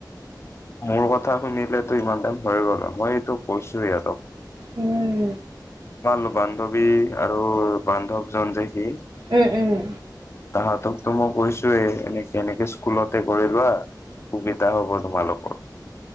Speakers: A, on the left; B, on the right.
A: মোৰ কথা শুনিলেতো ইমান টাইম হৈয়ে গ'ল হয়। মই এইটো কৈছো সিহঁতক।
B: উম।
A: তোমাৰ বান্ধৱী আৰু বান্ধৱজন যে সি
B: উম, উম।
A: তাহাঁতকতো মই কৈছোঁৱেই এনে, এনেকে স্কুলতে কৰি লোৱা সুবিধা হ'ব তোমালোকৰ।